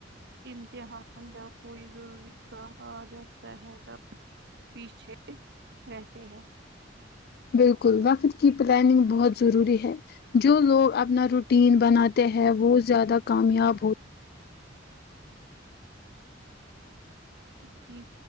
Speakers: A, on the right (about 60°); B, on the left (about 55°).
A: امتحان یا کوئی ضروری کام آ جاتا ہے تب پیچھے رہتے ہیں
B: بالکل وقت کی پلاننگ بہت ضروری ہے جو لوگ اپنا روٹین بناتے ہیں وہ زیادہ کامیاب ہو
A: تے